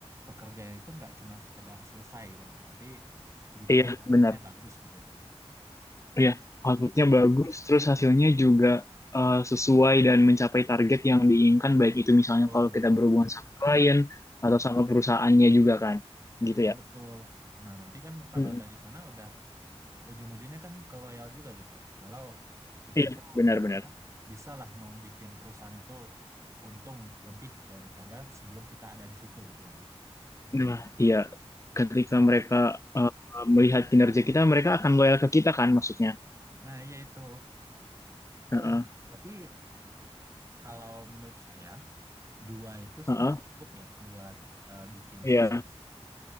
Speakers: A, on the right; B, on the left.
A: pekerjaan itu nggak cuma sekedar selesai gitu loh tapi juga
B: iya,
A: outputnya
B: benar.
A: bagus gitu loh
B: Iya, outputnya bagus, terus hasilnya juga eh, sesuai dan mencapai target yang diinginkan, baik itu misalnya
A: betul
B: kalau kita berhubungan sama klien atau sama perusahaannya juga kan, gitu
A: ya
B: ya.
A: betul nah nanti kan kalau
B: Mm,
A: dari sana udah ujung-ujungnya kan ke loyal juga gitu loh. Kalau kita
B: Iya,
A: itu
B: benar-benar.
A: eh, apa bisa lah membuat perusahaan itu untung lebih daripada sebelum kita ada di situ gitu kan.
B: Nah, iya, ketika
A: Nah,
B: mereka eh, melihat kinerja kita, mereka akan loyal ke kita kan, maksudnya.
A: nah iya itu.
B: Heeh,
A: Eh, tapi kalau menurut saya dua itu sih
B: heeh,
A: nggak cukup ya buat eh, bikin
B: Iya,
A: sukses.